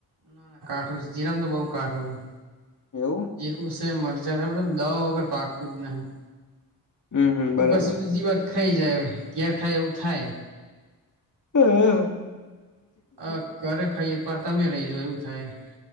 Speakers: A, on the right (about 60°); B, on the left (about 40°).
A: ના.. ના કાઠું જીરા મા તો બહું કાઠું હ.
B: એવું
A: જીરું છે, મરચા છે, મતલબ દવા વગર પાકતું જ નહી.
B: હમ હમ બરાબર
A: ઉપર થી બીજી વાત ખાઈ જાય, ઘેર ખાય એવું થાય.
B: હમ.
A: અ.. ઘરે ખાઈએ પણ, તમે રહી જો એવું થાય.